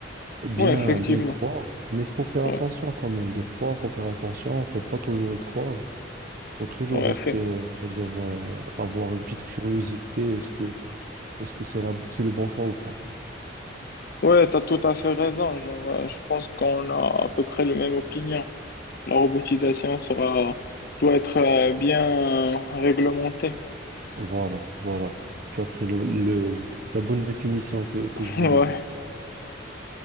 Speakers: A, on the right; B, on the left.
A: bien,
B: ouais, effectivement.
A: bien y croire. Mais il faut faire
B: Ouais,
A: attention quand même. Des fois, il faut faire attention. Il ne Faut pas toujours y croire. Il Faut toujours
B: ouais,
A: rester,
B: fait.
A: euh, c'est-à-dire euh, avoir une petite curiosité. Est-ce que, est-ce que c'est la, c'est le bon choix ou pas?
B: Ouais, t'as tout à fait raison. Genre, euh, je pense qu'on a à peu près la même opinion. La robotisation sera, doit être euh, bien réglementée.
A: Voilà, voilà. Tu as pris le, le- la bonne définition que, que
B: <laughs>
A: je voulais
B: Ouais.
A: dire.